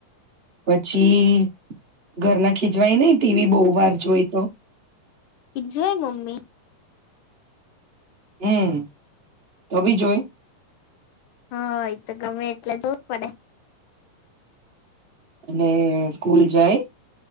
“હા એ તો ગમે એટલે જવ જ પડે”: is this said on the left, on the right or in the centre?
Left